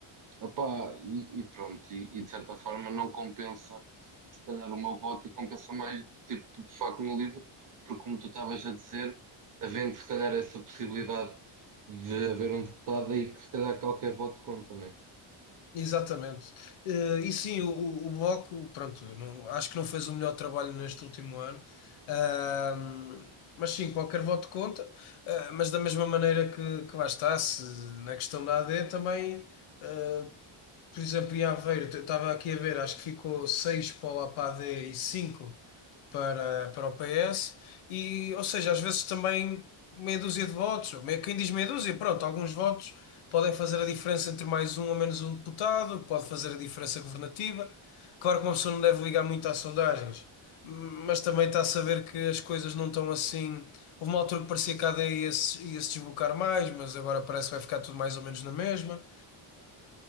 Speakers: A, on the right; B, on the left.
A: opá, e, e pronto, e, e de certa forma não compensa se calhar uma voto e compensa mais, tipo, de facto, no livro, porque como tu estavas a dizer, havendo se calhar essa possibilidade de haver um deputado aí que se calhar qualquer voto conta, né?
B: Exatamente. Eh, e sim, o, o o Bloco, pronto, não- acho que não fez o melhor trabalho neste último ano. Ahm, mas sim, qualquer voto conta. Ah, mas da mesma maneira que, que lá está, se, na questão da AD também. eh, por exemplo, em Aveiro, eu estava aqui a ver, acho que ficou 6 para o APAD e 5 para, para o PS. E, ou seja, às vezes também meia dúzia de votos, ou meio- quem diz meia dúzia, pronto, alguns votos podem fazer a diferença entre mais um ou menos um deputado, pode fazer a diferença governativa. Claro que uma pessoa não deve ligar muito às sondagens, mas também está a saber que as coisas não estão assim. Houve uma altura que parecia que a AD ia se, ia se desbocar mais, mas agora parece que vai ficar tudo mais ou menos na mesma.